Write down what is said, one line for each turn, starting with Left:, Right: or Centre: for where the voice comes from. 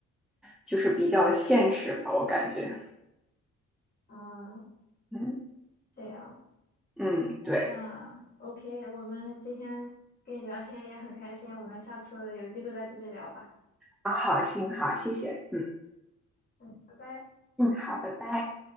Centre: 就是比较的现实吧，我感觉。
Left: 嗯，
Centre: 嗯
Left: 这样。
Centre: 嗯，对
Left: 那 OK，我们今天跟你聊天也很开心，我们下次有机会再继续聊吧。
Centre: 啊，好，行好，谢谢。嗯
Left: 嗯，拜拜。
Centre: 嗯，好，拜拜。